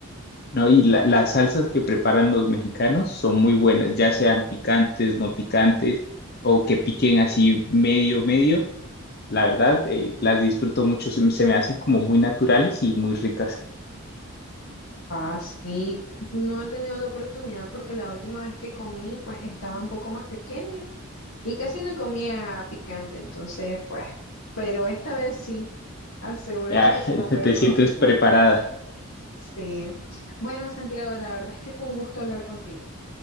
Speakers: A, on the left; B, on the left.
A: ¿no? Y la- las salsas que preparan los mexicanos son muy buenas, ya sean picantes, no picantes o que piquen así medio, medio. La verdad, eh, las disfruto mucho, se me se me hacen como muy naturales y muy ricas.
B: Ah, sí. No he tenido la oportunidad porque la última vez que comí, pues estaba un poco más pequeña y casi no comía picante, entonces, pues, pero esta vez sí, asegurado
A: Ya
B: que sí
A: <laughs>
B: la voy a
A: te
B: probar.
A: sientes preparada.
B: Sí. Bueno, Santiago, la verdad es que fue un gusto hablar contigo,